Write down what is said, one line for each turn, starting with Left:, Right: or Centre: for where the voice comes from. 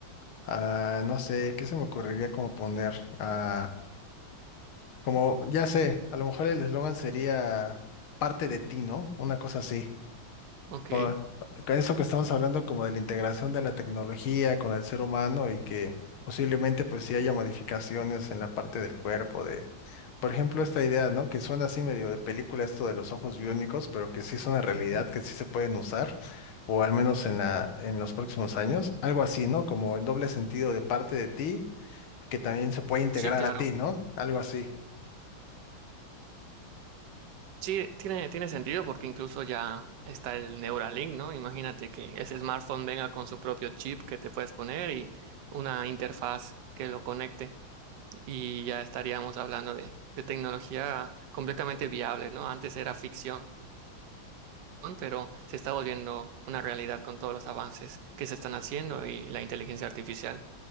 Left: Ah, no sé, ¿qué se me ocurriría como poner? Ah, como, ya sé, a lo mejor el eslogan sería parte de ti, ¿no? Una cosa así.
Right: Ok.
Left: Con, con eso que estamos hablando como de la integración de la tecnología con el ser humano y que posiblemente pues sí haya modificaciones en la parte del cuerpo de, por ejemplo, esta idea, ¿no? Que suena así medio de película esto de los ojos biónicos, pero que sí es una realidad,
Right: ujú.
Left: que sí se pueden usar, o al menos en la, en los próximos años. Algo así, ¿no? Como el doble sentido de parte de ti que también se puede integrar
Right: Sí, claro.
Left: a ti, ¿no? Algo así.
Right: Sí, tiene, tiene sentido porque incluso ya está el Neuralink, ¿no? Imagínate que ese smartphone venga con su propio chip que te puedes poner y una interfaz que lo conecte. y ya estaríamos hablando de, de tecnología completamente viable, ¿no? Antes era ficción, pero se está volviendo una realidad con todos los avances que se están haciendo y la inteligencia artificial.